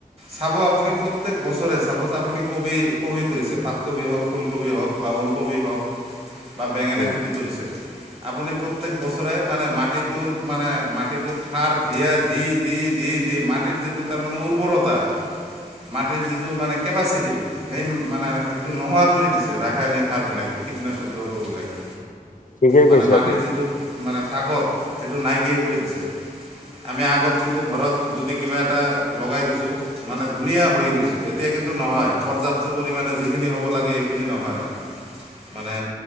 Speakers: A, on the right; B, on the left.
A: চাব আপুনি প্ৰত্যেক বছৰে চাপজ আপুনি কবি কবি কৰিছে পাতকবি হওক, ফুলকবি হওক বা ওলকবি হওক বা বেঙেনা
B: উম
A: খেতি কৰিছে আপুনি প্ৰত্যেক বছৰে মানে মাটিতোৰ মানে মাটিতুত সাৰ দিয়ে দি দি দি দি দি মাটিৰ যিটো তাৰ মানে উৰ্বৰতা মাটিৰ যিটো মানে কেপাচিটি সেই মানে সেইটো নোহোৱা কৰি দিছে ৰাসায়নিক সাৰবিলাকে। কীটনাশক দ্ৰব্যবিলাকে
B: ঠিকেই
A: মানে
B: কৈছে
A: মাটিৰ
B: আপুনি
A: যিটো মানে তাকত সেইটো নাইকিয়াই কৰি দিছে। আমি আগত কিন্তু ঘৰত যদি কিবা এটা লগাই দিছোঁ মানে ধুনীয়া হৈ গৈছে, এতিয়া কিন্তু নহয় পৰ্যাপ্ত পৰিমাণে যিখিনি হ'ব লাগে সেইখিনি নহয় মানে